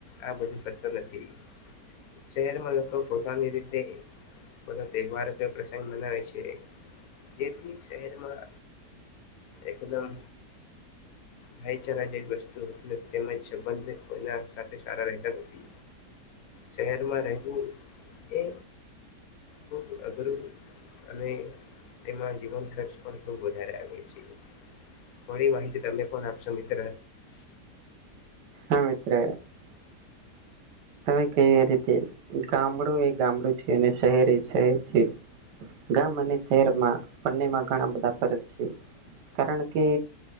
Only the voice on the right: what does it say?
હા મિત્ર <unintelligible> તમે કેય એ રીતે ગામડુ એ ગામડુ છે, અને શહેર એ શહેર છે. ગામ અને શહેરમા બંનેમા ઘણા બધા ફર્ક છે. કારણ કે,